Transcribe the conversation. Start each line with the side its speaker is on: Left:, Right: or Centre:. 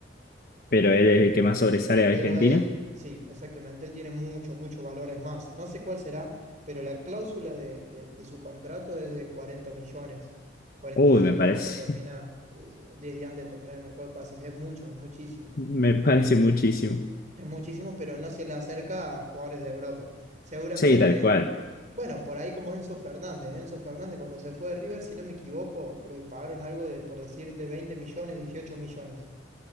Left: Pero él es el que más sobresale de
Right: Pero
Left: Argentina.
Right: él, sí, exactamente, él tiene mucho, mucho valor, es más. No sé cuál será, pero la cláusula de, de- de su contrato es de 40 millones, 45
Left: Uy, me parece,
Right: cuando termina, eh, 10 días antes de terminar el mercado de pases. Es mucho, es muchísimo.
Left: <laughs> me parece muchísimo.
Right: Es muchísimo, pero no se le acerca a jugadores de Europa. Seguramente,
Left: Sí, tal cual.
Right: bueno, por ahí como Enzo Fernández. Enzo Fernández cuando se fue de River, si no me equivoco, le pagaron algo de, por decirte, 20 millones, 18 millones